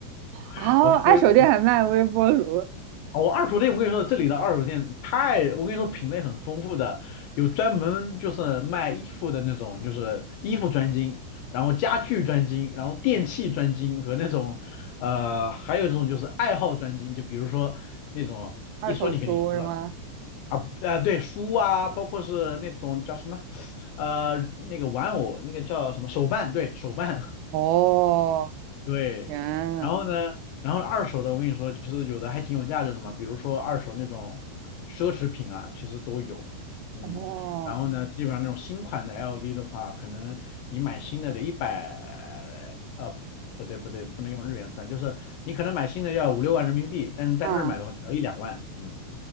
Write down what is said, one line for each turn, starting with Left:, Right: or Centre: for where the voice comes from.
Left: <laughs>
Right: 啊，
Left: 我的微波炉
Right: 二手店还卖微波炉、
Left: 啊，我二手店我跟你说，这里的二手店太，我跟你说品类很丰富的，有专门就是卖衣服的那种，就是衣服专精，然后家具专精，然后电器专精和那种呃还有这种就是爱好专精，就比如说那种一说你肯定就知道。
Right: 二手书是吗？
Left: 啊，对，书啊，包括是那种叫什么，呃，那个玩偶，那个叫什么手办，对，手办，
Right: 哦，
Left: <laughs> 对。
Right: 天呐，
Left: 然后呢，然后二手的，我跟你说，其实有的还挺有价值的嘛，比如说二手那种奢侈品啊，其实都有，嗯。
Right: 哦，
Left: 然后呢，基本上那种新款的 LV 的话，可能你买新的得一百，呃，不对不对，不能用日元算，就是你可能买新的要五六万人民币，但是在那儿买的话只要一两万，
Right: 嗯，
Left: 嗯。